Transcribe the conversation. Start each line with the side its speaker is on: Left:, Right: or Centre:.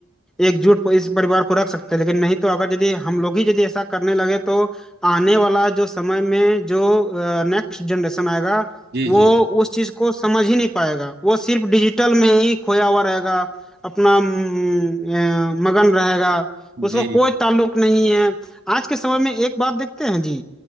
Centre: एकजुट इस परिवार को रख सकते हैं लेकिन नहीं तो अगर यदि हम लोग ही यदि ऐसा करने लगे तो आने वाला जो समय में जो नेक्स्ट जनरेशन आएगा
Right: जी
Centre: वो
Right: जी
Centre: उस चीज को समझ ही नहीं पाएगा वो सिर्फ डिजिटल में ही खोया हुआ रहेगा अपना अम, अ, मगन रहेगा उसको
Right: जी
Centre: कोई ताल्लुक नहीं है आज के समय में एक बात देखते हैं जी